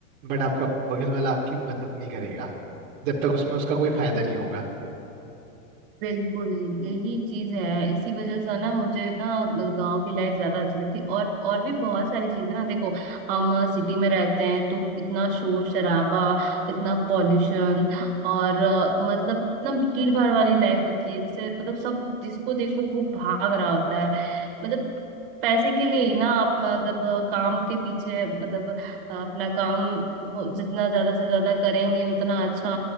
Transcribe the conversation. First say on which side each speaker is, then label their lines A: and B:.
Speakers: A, on the right; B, on the right.
A: बट आपका बगल वाला आपकी मदद नहीं करेगा जब तक उसमें उसका कोई फायदा नहीं होगा
B: बिल्कुल यही चीज है इसी वजह से ना मुझे ना गांव की लाइफ ज्यादा अच्छी लगती और और भी बहुत सारी चीजें ना देखो हम सिटी में रहते हैं तो इतना शोर शराबा इतना पॉल्यूशन और अ, मतलब इतना भीड़ भाड़ वाली लाइफ होती है जैसे मतलब सब जिसको देखो वो भाग रहा होता है मतलब पैसे के लिए ही ना आप मतलब अ, काम के पीछे मतलब अ, अपना काम हो- जितना ज्यादा से ज्यादा करेंगे उतना अच्छा